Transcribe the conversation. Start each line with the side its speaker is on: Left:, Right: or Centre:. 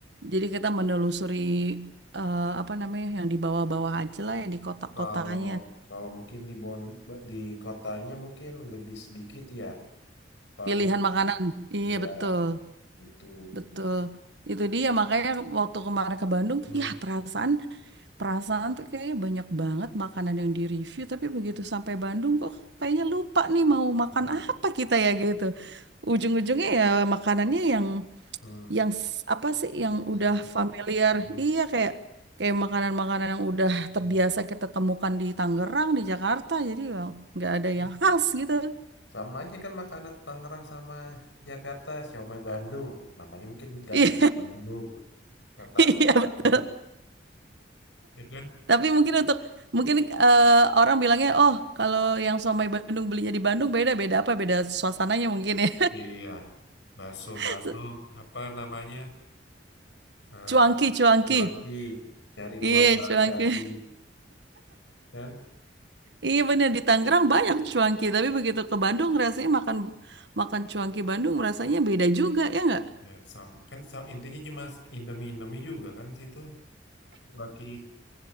Right: jadi kita menelusuri eh, apa namanya yang di bawah-bawah aja lah yang di kota-kotanya
Left: Kalau kalau mungkin di Bon di kotanya mungkin lebih sedikit ya. Paling
Right: pilihan makanan iya
Left: ya
Right: betul
Left: itu
Right: betul itu dia makanya waktu kemarin ke Bandung
Left: hmm,
Right: ya perasaan Perasaan tuh kayaknya banyak banget makanan yang direview,
Left: hmm,
Right: tapi begitu sampai Bandung kok kayaknya lupa nih mau makan
Left: mau,
Right: apa kita ya gitu. Ujung-ujungnya ya makanannya yang
Left: hmm,
Right: yang s- apa sih yang
Left: yang
Right: udah
Left: simpel.
Right: familiar.
Left: Hmm,
Right: Iya kayak kayak makanan-makanan yang udah terbiasa
Left: hmm.
Right: kita temukan di Tangerang, di Jakarta. Jadi ya nggak ada
Left: hmm.
Right: yang khas gitu.
Left: Sama aja kan makanan Tangerang sama Jakarta, siomay Bandung. Namanya mungkin nggak
Right: Iya,
Left: sih Bandung, batagor
Right: <laughs> iya,
Left: Bandung.
Right: bet-
Left: Ya kan?
Right: tapi mungkin untuk mungkin eh, orang bilangnya, oh kalau yang somai Bandung belinya di Bandung beda beda apa beda suasananya mungkin ya.
Left: Iya, bakso
Right: <laughs>
Left: Bandung, apa namanya? Eh,
Right: cuanki, cuanki.
Left: laki cari
Right: Iya,
Left: uang jalan
Right: cuanki.
Left: kaki,
Right: <laughs>
Left: ya kan?
Right: Iya bener di Tangerang banyak cuanki, tapi begitu ke Bandung rasanya makan makan cuanki Bandung rasanya beda juga ya nggak?
Left: Ya, sama. Kan sa- intinya cuma Indomie-Indomie juga kan di situ. kaki,